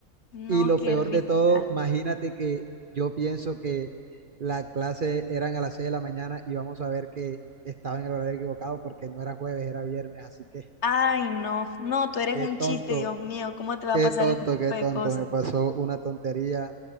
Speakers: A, on the left; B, on the right.
A: No,
B: Y lo
A: qué
B: peor
A: risa.
B: de todo, imagínate que yo pienso que la clase eran a las seis de la mañana y vamos a ver que estaba en el horario equivocado porque no era jueves, era viernes. Así que
A: Ay, no, no, tú eres
B: qué
A: un
B: tonto,
A: chiste, Dios mío, ¿cómo te va
B: qué
A: a pasar
B: tonto,
A: ese tipo
B: qué
A: de
B: tonto.
A: cosas?
B: Me pasó una tontería